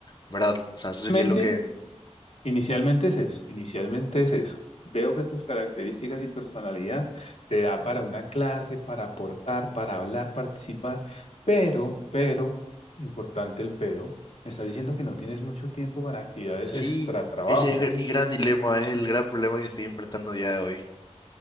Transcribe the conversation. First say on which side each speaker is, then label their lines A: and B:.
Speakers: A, on the left; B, on the left.
A: ¿verdad? O sea, eso sería
B: Realmente
A: lo que...
B: Inicialmente es eso, inicialmente es eso. Veo que tus características y personalidad te da para una clase, para aportar, para hablar, participar, pero, pero, importante el pero, me estás diciendo que no tienes mucho tiempo para actividades
A: Sí,
B: extra trabajo.
A: ese es mi gran dilema, es el gran problema que estoy enfrentando a día de hoy.